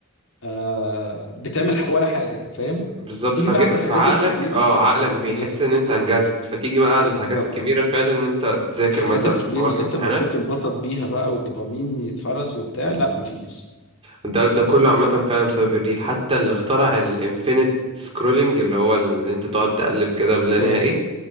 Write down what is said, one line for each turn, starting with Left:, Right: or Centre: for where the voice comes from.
Left: آه بتعمل ح- ولا حاجه فاهم
Right: بالظبط
Left: تيجي
Right: فج...
Left: بقى عند
Right: فعقلك
Left: الحاجات الكبيره
Right: اه عقلك
Left: ال-
Right: بيحس
Left: ال-
Right: ان انت انجزت فتيجي بقى
Left: بالظبط
Right: عند حاجات كبيره فعلا ان انت تذاكر
Left: الحاجات
Right: مثلا
Left: الكبيرة
Right: وراك
Left: اللي
Right: امتحانات
Left: انت المفروض تنبسط بيها بقى والدوبامين يتفرز وبتاع لا مفيش
Right: ده ده كله عامة فعلا بسبب الريل حتى اللي اخترع الانفينيت سكرولنج اللي هو اللي انت تقعد تقلب كده بلا نهائي
Left: اوكي